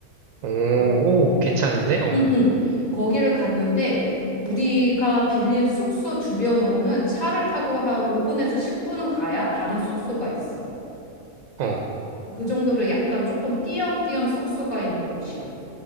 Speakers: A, on the right; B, on the left.
A: 오,
B: 아, 어, 어.
A: 오, 괜찮은데? 어,
B: 응, 응. 거기를 갔는데, 우리가 빌린 숙소 주변으로는 차를 타고 한 5분에서 10분은 가야 다른 숙소가 있어.
A: 어,
B: 그 정도로 약간 조금 띄엄띄엄 숙소가 있는 곳이야.